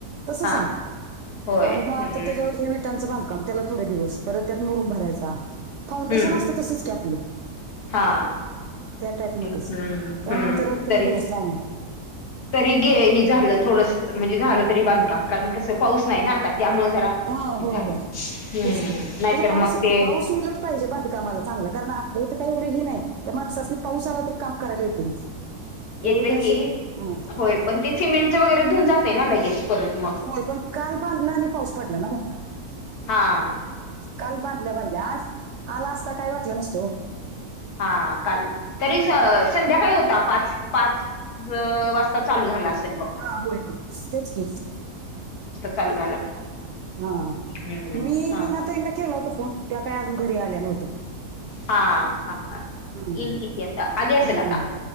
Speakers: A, on the right; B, on the left.
A: तसच
B: हा
A: हाय
B: होय
A: आणि मग आता
B: हम्म
A: त्याच्यावर हे त्यांचं बांधकाम त्याला थोड्या दिवस परत त्यात मोरम भरायचा फाउंडेशन
B: हम्म
A: असतं तसंच कॅपलं
B: हा
A: त्या टाईप मध्येच
B: हम्म
A: त्यामुळे
B: हम्म
A: त्याला ते
B: तरी
A: दिवस ला
B: तरी गे ह झालं थोडस म्हणजे झालं तरी बांधकाम कारण कसं पाऊस नाही ना आता त्यामुळे जरा
A: हा
B: झालं
A: होय होय
B: हम्म
A: तेच का
B: नाहीतर
A: म्हणजे पाऊस
B: मग ते
A: पाऊस उलट पाहिजे बांधकामाला चांगलं कारण आपलं इथं काही एवढे हे नाही तर मगस म पावसाला तरी काम करायला येते इथ
B: येत
A: एवढं काय असं
B: की
A: हा
B: होय पण ते सिमेंट वगैरेधुऊ जात ना लगेच परत मग
A: होय पण काल बांधला आणि पाऊस पडला ना मोठा
B: हां
A: काल बांधल्या बांधल्या आज आला असता काय वाटलं नसतो.
B: हा काल तरी संध्याकाळी होता पाच पाच काल पाच वाजता चालू झालं असेल पाच
A: हा होय होय तेच की
B: चालू झाला
A: हा
B: हम्म
A: मी
B: हा
A: मीनाता केला होत फोन त्यात काही अजून घरी आल्या नव्हते.
B: हा हा हा
A: हं,
B: इल्गितयता अलि असलता
A: हं.